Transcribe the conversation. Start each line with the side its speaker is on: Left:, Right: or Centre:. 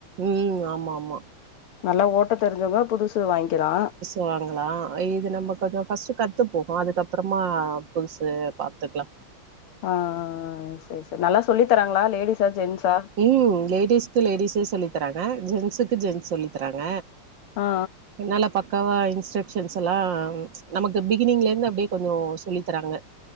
Right: ம் ஆமாமா
Left: நல்லா ஓட்ட தெரிஞ்சவங்கோ புதுசு வாங்க்கிறா
Right: வாங்களா இது நம்ம கொஞ்சோ ஃபர்ஸ்ட்டு கத்துப்போ அதுக்கப்புறமா புதுசு பாத்துக்கலா
Left: ஆ செர் செர் நல்லா சொல்லி தராங்ளா லேடிஸா ஜென்ஸா
Right: ம் லேடிஸ்க்கு லேடீஸே சொல்லித்தராங்க ஜென்ஸுக்கு ஜென்ஸ் சொல்லி தராங்க
Left: ஆ
Right: என்னால்ல பா க்கவா இன்ஸ்ட்ரக்ஷன்ஸ்ல்லா நமக்கு பிகினிங்லேந்து அப்டியே கொஞ்சோ சொல்லி தராங்க